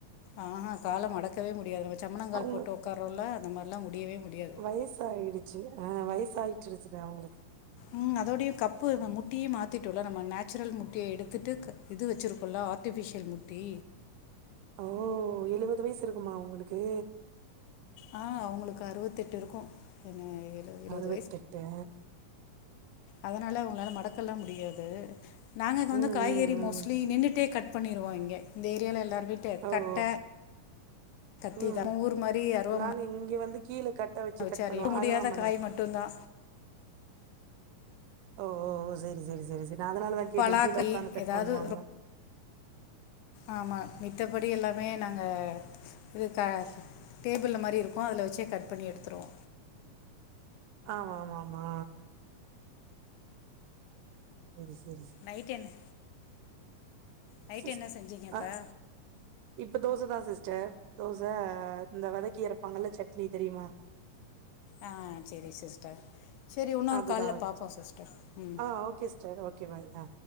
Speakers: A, on the left (about 75°); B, on the right (about 80°).
A: ஆஹா கால மடக்கவே முடியாது நம்ம சமனங்கால்
B: அவங்க
A: போட்டு உக்காறோல அந்த மாதிரிலா முடியவே முடியாது
B: வயசாவிடு ஆ வயசு ஆயிட்டுருச்சுல அவங்களுக்கு
A: ம் அதோடயு கப்பு முட்டியே மாத்திட்டோல நம்ம நேச்சுரல் முட்டிய எடுத்துட்டு க இது வச்சுருக்கோ ஆர்டிஃபிஷியல் முட்டி
B: ஓ எழுவது வயசு இருக்குமா அவங்களுக்கு
A: ஆ அவங்களுக்கு அறுபத்தெட்டு இருக்கு என்ன எழு எழுபது
B: அறுவத்தெட்டா
A: அதனால அவங்களால மடக்கல்லா முடியாது நாங்க இங்க
B: ம்
A: வந்து காய்கறி
B: ம்
A: மோஸ்ட்லி
B: ம்
A: நின்னுட்டே கட் பண்ணிடுவோ இங்க இந்த ஏரியால எல்லாரு வீட்டு
B: ஓ ஓ
A: கட்ட கத்திதா
B: ம்
A: ஊர் மாரி அருவமன
B: நாங்க இங்க வந்து கீழ கட்ட வச்சு
A: வெட்ட
B: கட் பண்ணுவோ
A: முடியாத
B: அருவாமன
A: காய் மட்டு தா
B: ஓ ஓஓ சரி சரி சரி சரி நா அதனால தா கேட்ட
A: பலாக்காய்
B: கீழ உக்காந்து கட்
A: ஏதாவது
B: பண்ணுவாங்களா
A: ஆமா மித்தபடி எல்லாமே நாங்க இது க டேபிள்ல்ல மாரி இருக்கு அதுல வச்சே கட் பண்ணி எடுத்துருவோ
B: ஆமா மா மா உகு சேரி
A: நைட் என்ன நைட்
B: சிஸ்
A: என்ன செஞ்சி கா இப்பா
B: அ இப்ப தோசை தா சிஸ்டர் தோசை இந்த வதக்கி அறப்பாகல சட்னி தெரியுமா
A: ஆ சேரி சிஸ்டர் சேரி இன்னொரு
B: அதுதா
A: கால்ல
B: வச்சோ
A: பாப்போ சிஸ்டர் ம்
B: ஆ ஓகே சிஸ்டர் ஓகே பாய் ஆ